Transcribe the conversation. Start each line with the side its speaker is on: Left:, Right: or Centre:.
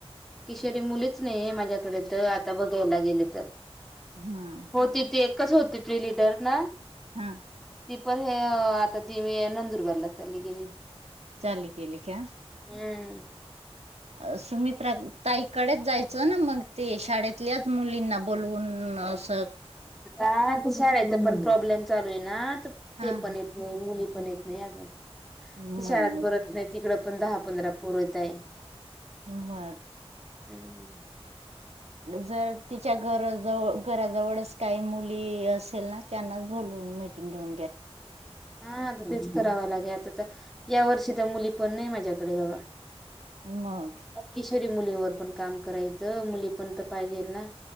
Centre: किशोरी मुलीच नहीए माझ्याकडे त आता बघायला गेले तर.
Right: हम.
Centre: होती ती एकच होती, ती लिडर ना
Right: हं.
Centre: ती पण ह आता ती मी नंदुरबारला चालली गेली
Right: चाली गेली का?
Centre: हम्म.
Right: ए सुमित्रा ताईकडेच जाय च ना मग ते शाळेतल्याच मुलींना बोलवून अस
Centre: आता शाळेत पण प्रॉब्लेम चालू ये ना, ते
Right: हा
Centre: पण येत नही मुली पण येत नही अजून.
Right: मग
Centre: ती शाळात भरत नाही, तिकड पण दहा पंधरा पोरं येता यत.
Right: मग
Centre: हम् <inaudible>
Right: जर तिच्या घरा जव घरा जवळच काही मुली असेल ना त्यांनाच बोलवून मीटिंग घेऊ
Centre: हां आता तेच करावं लागेल, आता तर या वर्षी तर मुली पण नही माझ्याकडे बाबा
Right: मंग?
Centre: किशोरी मुलीवर पण काम करायचं, मुली पण तर पाहिजे ना?